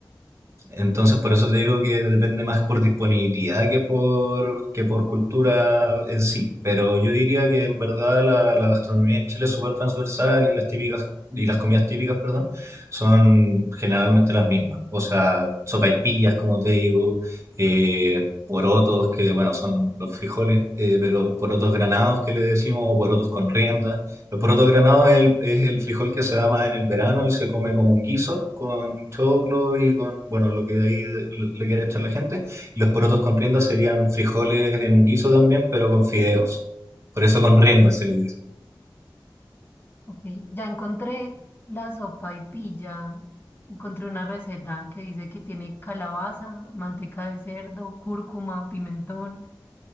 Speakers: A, on the right; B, on the left.
A: Entonces, por eso te digo que depende más por disponibilidad que por, que por cultura en sí. Pero yo diría que en verdad la, la gastronomía en Chile es súper transversal y las típicas, y las comidas típicas, perdón, son generalmente las mismas. O sea, sopaipillas, como te digo, eh, porotos, que bueno, son los frijoles, eh, pero porotos granados que le decimos, o porotos con rienda. El poroto granado es el, es el frijol que se da más en el verano y se come como un guiso con choclo y con, bueno, lo que ahí le le quiere echar la gente. Y los porotos con rienda serían frijoles en un guiso también, pero con fideos. Por eso con rienda
B: Mm.
A: se le dice.
B: ok. Ya encontré la sopa y pilla. Encontré una receta que dice que tiene calabaza, manteca de cerdo, cúrcuma, pimentón.